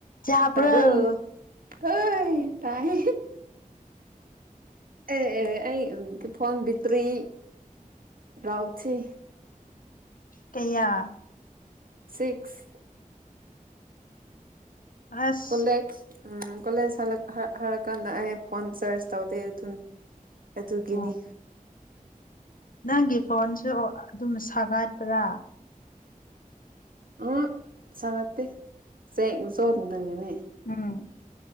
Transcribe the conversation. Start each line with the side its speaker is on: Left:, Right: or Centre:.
Left: ꯆꯥꯕ꯭ꯔꯣ
Right: ꯇꯔꯕ ꯑ ꯇꯥꯏ ꯑꯦ ꯑꯩ ꯐꯣꯟꯣꯟ ꯇꯔꯤ ꯔꯎꯁꯤ
Left: ꯀꯌꯥ
Right: ꯁꯤꯛꯁ
Left: ꯑꯁ
Right: ꯀꯣꯂꯦꯛꯁ ꯎꯝ ꯀꯣꯂꯦꯖ ꯍꯥꯏꯜꯔꯛꯀꯥꯟꯗ ꯑꯩ ꯐꯣꯟ ꯆꯥꯔꯖ ꯇꯧꯗꯦ ꯑꯗꯨꯅꯣ ꯑꯗꯨꯒꯤꯅꯤ
Left: ꯑꯣ ꯅꯪꯒꯤ ꯐꯣꯟꯁꯨ ꯑꯗꯨꯝ ꯁꯥꯒꯠꯄ꯭ꯔꯥ
Right: ꯑ ꯆꯒꯠꯇꯦꯦ ꯁꯣꯗꯅꯤꯅꯦ
Left: ꯎꯝ